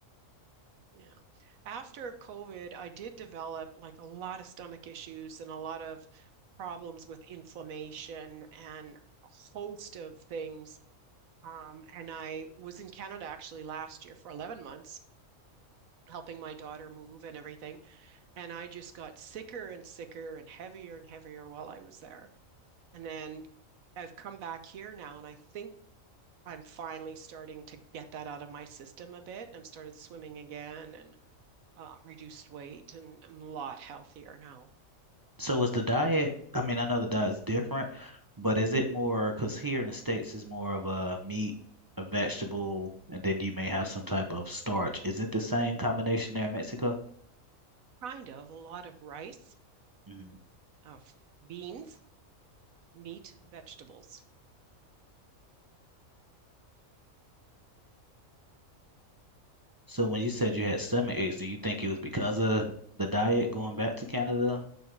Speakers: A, on the right; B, on the right.
A: Yeah. After COVID, I did develop like a lot of stomach issues and a lot of problems with inflammation and a host of things Um, and I was in Canada actually last year for 11 months, helping my daughter move and everything. And I just got sicker and sicker and heavier and heavier while I was there. And then I've come back here now, and I think I'm finally starting to get that out of my system a bit. I'm started swimming again and uh, reduced weight, and I'm a lot healthier now.
B: So is the diet, I mean, I know the diet's different, but is it more, because here in the States is more of a meat, a vegetable, and then you may have some type of starch. Is it the same combination there in Mexico?
A: Kind of a lot of rice,
B: hmm
A: uh, beans, meat, vegetables.
B: So when you said you had stomach aches, do you think it was because of the diet going back to Canada